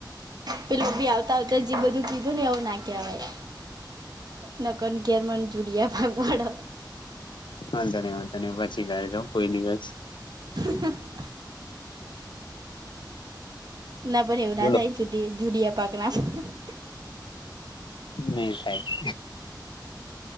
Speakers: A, on the right; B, on the left.
A: પેલુ બી આવતા આવતા જે બધું કીધું ને અવુ ના કેવાય નકન કેર મન જુડીયા ભાગવાડ
B: હા તને હ તને પછી ગાય જાવ કોઈ દિવસ
A: હ <inaudible> ના પણ એવું ના
B: બોલો
A: થાય જુ જુડિયા પાક ના પણ <inaudible>
B: નહી થાય.